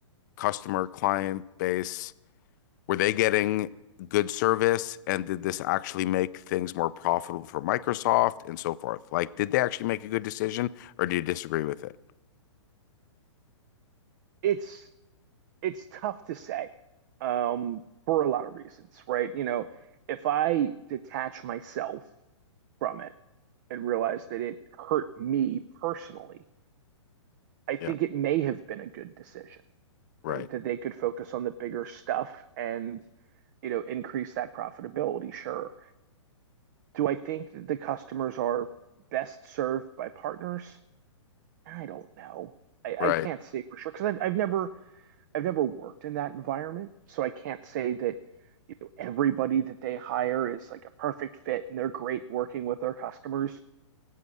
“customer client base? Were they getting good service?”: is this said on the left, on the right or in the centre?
Left